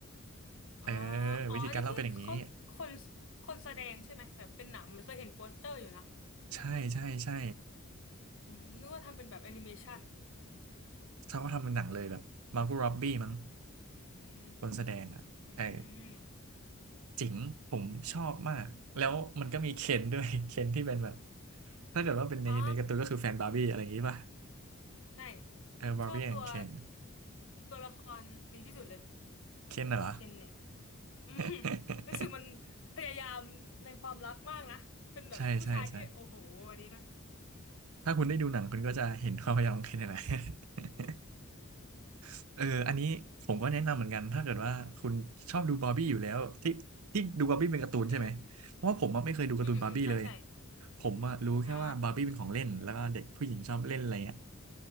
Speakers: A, on the right (about 85°); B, on the left (about 65°).
A: เออ
B: อ๋ออ๋ออันนี้ที่เขาคน
A: วิธีการเล่าเป็นอย่างนี้
B: คนแสดงใช่ไหมแบบเป็นหนังมันเคยเห็นโปสเตอร์อยู่นะ
A: ใช่ใช่ใช่
B: อืมนึกว่าทำเป็นแบบแอนิเมชัน
A: เขาก็ทำเป็นหนังเลยแบบมาร์ก o ร็อบบี้มั้ง
B: อืม
A: คนแสดงอ่ะเออ
B: อืม
A: จิ๋งผมชอบมากแล้วมันก็มีเคนด้วย
B: โห
A: <laughs> เคนที่เป็นแบบถ้าเกิดว่าเป็นในในการ์ตูนก็คือแฟนบาร์บี้อะไรอย่างงี้ป่ะ
B: อ่า ใช่
A: เออบาร์บี้แอนด์เคน
B: ชอบตัวตัวละครนี้ที่สุดเลย
A: เคนน่ะเหรอ
B: ไอ้เคนเนี่ยอืม
A: <laughs>
B: รู้สึกมันพยายามในความรักมากนะเป็นแบบผู้ชายที่โอ้โหอันนี้นะ
A: ใช่ใช่ใช่ ถ้าคุณได้ดูหนังคุณก็จะเห็นความพยายามของเคนนี่แหะไร <laughs> เอออันนี้ผมก็แนะนำเหมือนกัน ถ้าเกิดว่าคุณชอบดูบาร์บี้อยู่แล้วที่ที่ดูบาร์บี้เป็นการ์ตูนใช่ไหมเพราะว่าผมอะไม่เคยดูการ์ตูนบาร์บี้เลย
B: อืมอืมอืมใช่ใช่
A: ผมอะรู้แค่ว่าบาร์บี้เป็นของเล่นแล้วก็เด็กผู้หญิงชอบเล่นอะไรเงี้ย
B: อ่า